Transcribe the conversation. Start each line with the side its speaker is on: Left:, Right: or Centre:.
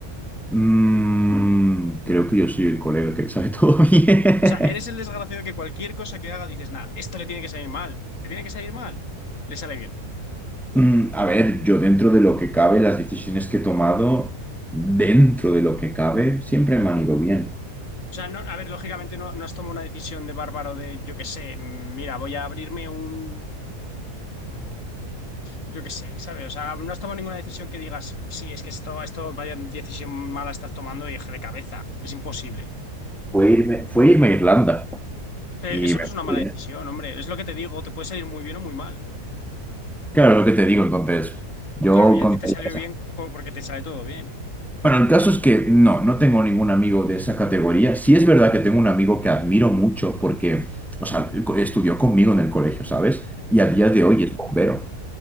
Centre: Mm, creo que yo soy el colega que sabe todo <laughs> bien.
Left: O sea, eres el desgraciado que cualquier cosa que haga dices, nah, esto le tiene que salir mal, le tiene que salir mal, le sale bien.
Centre: Mm, a ver, yo dentro de lo que cabe, las decisiones que he tomado, dentro de lo que cabe, siempre me han ido bien.
Left: O sea, no, a ver, lógicamente no, no has tomado una decisión de bárbaro de, yo qué sé, mm, mira, voy a abrirme un, yo qué sé, ¿sabes? O sea, no has tomado ninguna decisión que digas, sí, es que esto, esto, vaya decisión mala estás tomando y eje de cabeza. Es imposible.
Centre: Fue irme, fue irme a Irlanda
Left: Pero
Centre: y
Left: eso
Centre: me
Left: no es una mala
Centre: fui
Left: decisión, hombre. Es lo que te digo, te puede salir muy bien o muy mal.
Centre: Claro, lo que te digo entonces, yo
Left: Claro, y a
Centre: contaría
Left: ti te salió
Centre: esa.
Left: bien po- porque te sale todo bien.
Centre: Bueno, el caso es que no, no tengo ningún amigo de esa categoría. Sí es verdad que tengo un amigo que admiro mucho porque, o sea, co- estudió conmigo en el colegio, ¿sabes? Y a día
Left: Sí.
Centre: de hoy es bombero.